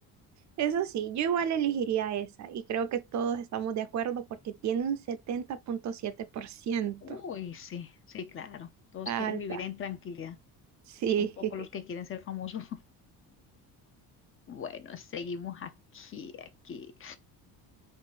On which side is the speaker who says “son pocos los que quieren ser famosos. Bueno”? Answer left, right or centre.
Left